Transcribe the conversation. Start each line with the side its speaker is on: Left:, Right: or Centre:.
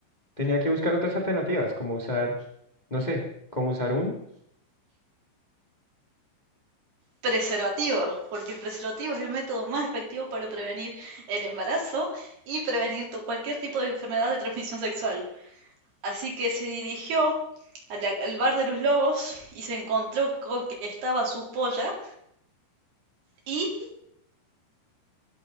Left: tenía que buscar otras alternativas, como usar, no sé, como usar un.
Right: preservativo, porque el preservativo es el método más efectivo para prevenir el embarazo y prevenir to- cualquier tipo de enfermedad de transmisión sexual. Así que se dirigió a la- al bar de los lobos y se encontró con que estaba su polla y